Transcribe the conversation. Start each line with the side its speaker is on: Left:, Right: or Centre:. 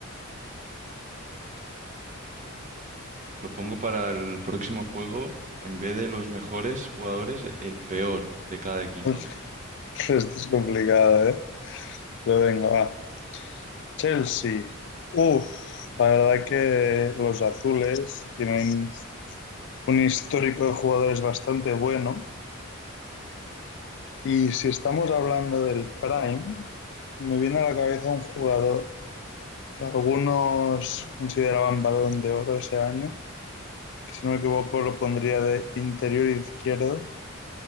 Right: Lo pongo para el próximo juego. En vez de los mejores jugadores, el peor de cada equipo.
Left: <laughs> Esto es complicado, ¿eh? Pero venga, va. Chelsea. Uf, la verdad que los azules tienen un histórico de jugadores bastante bueno. Y si estamos hablando del Prime, me viene a la cabeza un jugador que algunos consideraban balón de oro ese año, que si no me equivoco lo pondría de interior izquierdo.